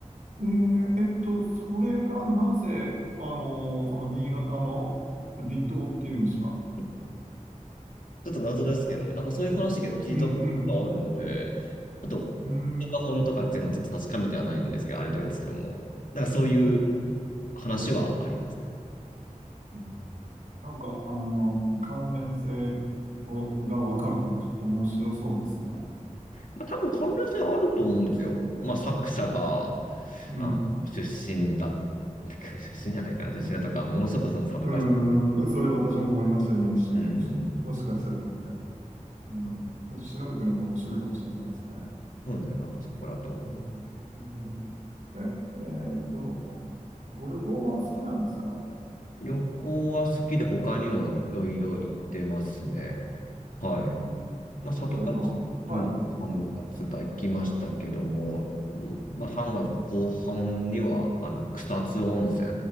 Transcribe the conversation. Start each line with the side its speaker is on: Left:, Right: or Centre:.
Right: ーえっと、それがなぜ、あの、その新潟の離島っていうんですか。
Left: ちょっと謎ですけどね。なんかそういう話だけど聞いたことあるんで、
Right: うん、うん、
Left: ちょっと、
Right: うーん、
Left: 本か本とかっていうのはちょっと確かめてはないんですけど、あれなんですけども、なんかそういう
Right: うん
Left: 話はありますね。
Right: うんなんか、あの、関連性をがわかると、ちょっと面白そうですね。
Left: まあ多分関連性あると思うんですよ。まあ作者が、
Right: うん。
Left: あの、出身だ、<laughs> 出身じゃないかな、出身だとか、ものすごくその佐渡が、
Right: うん、それ私も思いました、今一瞬。
Left: うん、
Right: もしかしたらと思って。うん、ちょっと調べてみると面白いかもしれないですね。
Left: そうですよね、なんかそこらと。
Right: うん、うんえ、えーっと、ご旅行は好きなんですか
Left: 旅行は好きで他にもいろいろ行ってますね。はい。
Right: うん、
Left: まあ、里ヶ島も3月だ行きましたけども、
Right: 例えば、はい、はい。
Left: うんまあ、
Right: うん、
Left: 3月の後半にはあの草津温泉